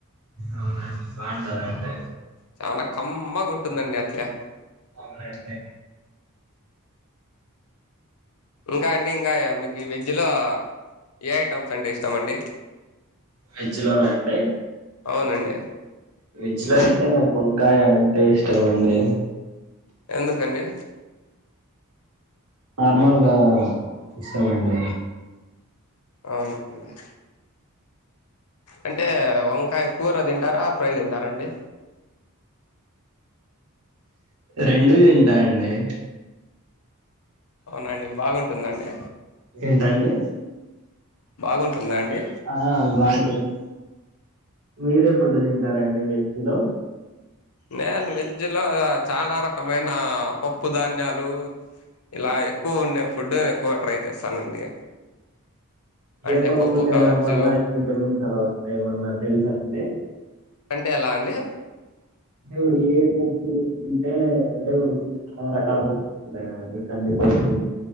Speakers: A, on the right (about 85°); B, on the left (about 75°).
A: అవున అండి బాగుంటదఅండి
B: చానా కమ్మగా ఉంటుందండి అట్లా
A: అవునా అండి
B: ఇంకా అండి ఇంకా మీకు వెజ్లో ఏ ఐటమ్స్ అంటే ఇష్టం అండి
A: వెజ్ లోన అండి
B: అవునండి
A: వెజ్ లో అయితే నాకు వంకాయ అంటే ఇష్టమండి
B: ఎందుకండి
A: నార్మల్గా ఇష్టమండి
B: అవునా అండి అంటే వంకాయ కూర తింటారా ఫ్రై తింటారా అండి
A: రెండు తింటా అండి
B: అవునా అండి బాగుంటుందా అండి
A: ఏంటండీ
B: బాగుంటుందా అండి
A: ఆ బాగుంటుంది మీరే ఫుడ్ తింటారండి వెజ్ లో
B: నేను వెజ్లో చాలా రకమైన పప్పు ధాన్యాలు ఇలా ఎక్కువ ఉండే ఫుడ్ ఎక్కువ ట్రై చేస్తానండి అంటే
A: ఏ పప్పు తినడం
B: కావచ్చు
A: వల్ల ఏ విటమిన్స్ వస్తాయో ఏమన్నా తెలుసా అండి
B: అంటే ఎలా అండి
A: ఇప్పుడు ఏ పప్పు తింటే దేవుడు చాలా రకాల పప్పు ఉంటాయండి కంది పప్పు.